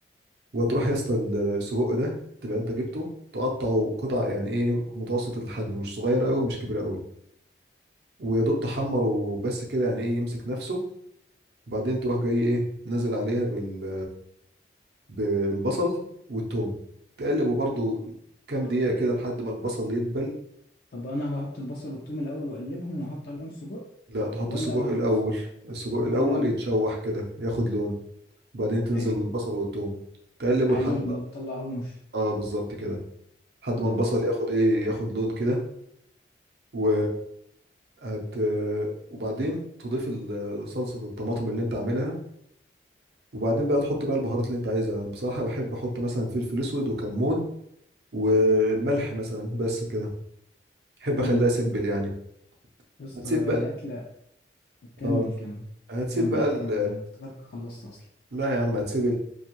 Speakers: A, on the right (about 65°); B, on the left (about 55°).
A: وتروح يا اسطى السجق ده تبقى انت جبته تقطعه قطع يعني ايه متوسط الحجم مش صغير قوي مش كبير قوي ويا دوب تحمر وبس كده يعني ايه يمسك نفسه وبعدين تروح جاي ايه نزل عليها بال... بالبصل والثوم تقلبه برضو كام
B: طب
A: دقيقة كده لحد ما البصل يدبل
B: طب انا بحط البصل والثوم الاول واقلبهم واحط عليهم السجق
A: لا تحط
B: ولا
A: السجق
B: بح...
A: الأول السجق الأول
B: سجق الاول
A: يتشوح كده ياخد لون وبعدين
B: حلو
A: تنزل بالبصل والثوم تقلبه
B: عليه
A: لحد
B: ما بطلعهمش
A: ما اه بالظبط كده لحد
B: تمام
A: ما البصل ياخد ايه ياخد لون كده و هت... وبعدين تضيف ال- صلصة الطماطم اللي انت عاملها وبعدين بقى تحط بقى البهارات اللي انت عايزها انا بصراحة بحب احط مثلا فلفل اسود وكمون والملح مثلا بس كده بحب
B: امم
A: اخليها سيمبل يعني
B: يا اسطى
A: هتسيب بقى
B: هي اكله كمل
A: اه
B: كمل
A: هتسيب
B: كمل
A: بقى
B: كمل
A: ال
B: انا افتكرت خلصت اصلا
A: لا يا عم هتسيب